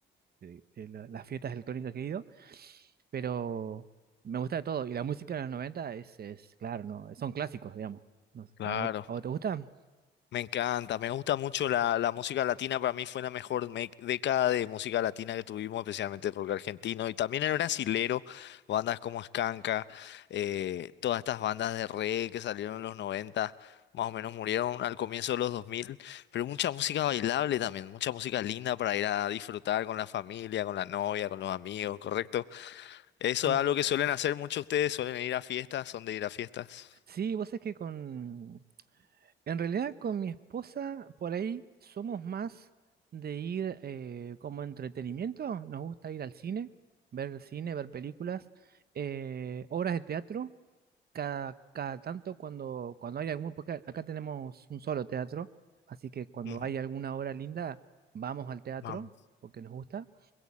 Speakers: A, on the right (about 50°); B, on the left (about 65°).
A: eh, eh, la- las fiestas electrónicas que he ido, pero me gusta de todo, y la música de los 90 es, es claro, no, son clásicos, digamos. No sé,
B: Claro.
A: ¿A vos, a vos te gusta?
B: Me encanta, me gusta mucho la, la música latina, para mí fue la mejor me- década de música latina que tuvimos, especialmente el rock argentino y también el brasilero, bandas como Skanka, eh, todas estas bandas de reggae que salieron en los 90, más o menos murieron al comienzo de los 2000. pero mucha música bailable también, mucha música linda para ir a disfrutar con la familia, con la novia, con los amigos, ¿correcto? Eso
A: Sí,
B: es algo que suelen hacer muchos ustedes, suelen ir a fiestas, son de ir a fiestas.
A: sí, vos es que con, En realidad con mi esposa por ahí somos más de ir eh, como entretenimiento, nos gusta ir al cine, ver cine, ver películas, eh, obras de teatro, cada, cada tanto cuando, cuando hay algún, porque acá tenemos un solo teatro, así que cuando
B: Ujú.
A: hay alguna obra linda vamos al teatro
B: Mam.
A: porque nos gusta,